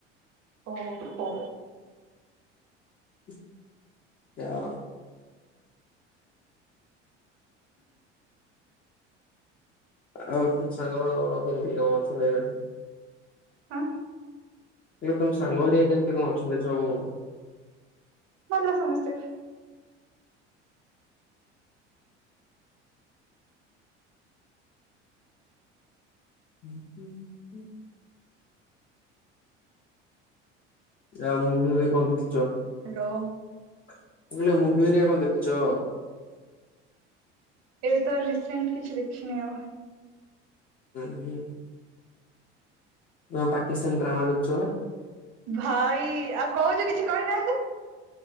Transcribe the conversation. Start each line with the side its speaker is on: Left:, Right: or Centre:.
Right: ଓହୋ।
Left: <unintelligible> ଆଉ ତମ ସାଙ୍ଗ ଫାଙ୍ଗ କେମତି କଣ ଅଛନ୍ତି ଏବେ?
Right: ଆଁ?
Left: ହେଲେ ତମ ସାଙ୍ଗ ହେରିଆ କେମତି କଣ ଅଛନ୍ତି ସବୁ?
Right: ଭଲ ସମସ୍ତେ।
Left: ହୁଁ ହୁଁ ହୁଁ। ଆଉ ମୁଭି ଫୁଭି କଣ ଦେଖିଛ?
Right: ହ୍ୟାଲୋ।
Left: ମୁଁ କହିଲି ମୁଭି ହେରିଆ କଣ ଦେଖିଛ?
Right: ଏବେ ତ ରିସେଣ୍ଟ କିଛି ଦେଖିନି ଆଉ।
Left: ହୁଁ ହୁଁ। ନା ପାକିସ୍ତାନ ଡ୍ରାମା ଦେଖୁଛ ବା?
Right: ଭାଇ, ଆଉ କହୁଛ କିଛି କହିନାହାଁନ୍ତି।